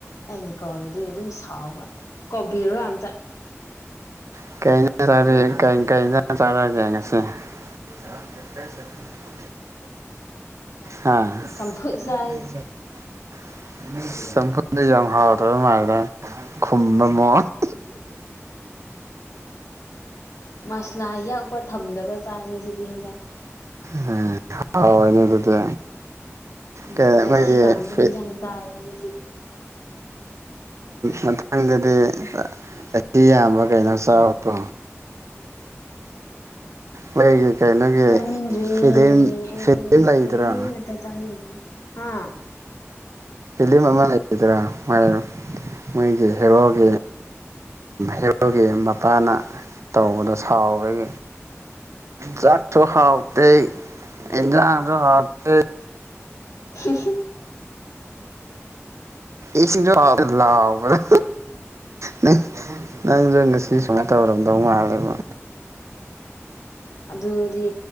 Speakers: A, on the left; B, on the right.
A: ꯑꯩꯅ ꯀꯧꯔꯗꯤ ꯑꯗꯨꯝ ꯁꯥꯎꯕ ꯀꯧꯕꯤꯔꯣꯏ ꯑꯝꯇ
B: <unintelligible> ꯀꯩ ꯏꯟꯖꯥꯡ ꯆꯥꯔꯒ‌ꯦ ꯀꯩ ꯀꯩ ꯏꯟꯖꯥꯡ ꯆꯥꯔꯛꯑꯒ‌ꯦ ꯉꯁꯤ <unintelligible> ꯍꯥ <unintelligible>
A: ꯆꯝꯐꯨꯠ ꯆꯥꯏ
B: ꯆꯝꯐꯨꯠꯅ‌ꯦ ꯌꯥꯝ ꯍꯥꯥꯎꯇꯕ ꯃꯥꯥꯏꯂ‌ꯦꯗ ꯈꯨꯝꯕꯃꯣ <unintelligible>
A: ꯃꯁꯂꯥ ꯌꯥꯛꯄ ꯊꯝꯗꯕ ꯆꯥꯏꯌ‌ꯦ ꯉꯁꯤꯗꯤ ꯍ‌ꯦꯟꯖꯥꯡ
B: ꯍꯥ ꯍꯥꯎꯔꯅꯤ ꯑꯗꯨꯗꯤ
A: ꯎꯝ
B: ꯀꯥ
A: ꯔꯁꯤ
B: ꯃꯩꯔ‌ꯦ
A: ꯀꯪꯕ
B: ꯐꯔꯤꯠ
A: ꯍꯦꯟꯖꯥꯡ ꯆꯥꯏꯌꯦꯕ ꯉꯁꯤ
B: ꯃꯊꯪꯗꯗꯤ ꯑꯍꯤ ꯌꯥꯝꯕ ꯀꯩꯅꯣ ꯆꯥꯎꯔ‌ꯣꯀꯣ ꯃꯩ‌ꯩꯒꯤ ꯀꯩꯅꯣꯒꯤ
A: ꯆꯅꯤꯡꯗ꯭ꯔ‌ꯦ
B: ꯐꯤꯂꯝ
A: ꯑꯩꯗꯤ
B: ꯐꯤꯂꯝ ꯂꯩꯗ꯭ꯔꯥ
A: ꯀꯔꯤ ꯃꯇꯥ ꯆꯅꯤꯗꯔ‌ꯦ ꯍꯥ
B: ꯐꯤꯂꯝ ꯑꯃ ꯂꯩꯗ꯭ꯔꯥ ꯃꯥꯏ ꯃꯣꯏꯒꯤ ꯍꯦꯔꯣꯒꯤ ꯍꯦꯔꯣꯒꯤ ꯃꯄꯥꯅ ꯇꯧꯕꯗ ꯁꯥꯎꯕꯒꯤ ꯆꯥꯥꯛꯁꯨ ꯍꯥꯎꯇ‌ꯦ ꯏꯦꯟꯖꯥꯡꯁꯨ ꯍꯥꯎꯇ‌ꯦ
A: <unintelligible>
B: ꯏꯁꯤꯡꯁꯨ ꯍꯥꯎꯋ‌ꯦ ꯂꯥꯎꯕꯗ ꯅꯪ ꯅꯪꯁꯨ ꯉꯥꯏ ꯁꯤ
A: ꯑꯗꯩꯅꯤ
B: ꯁꯨꯃꯥꯏꯅ ꯇꯧꯔꯝꯗꯧ ꯃꯥꯜꯂꯦꯕ
A: ꯑꯗꯨꯗꯤ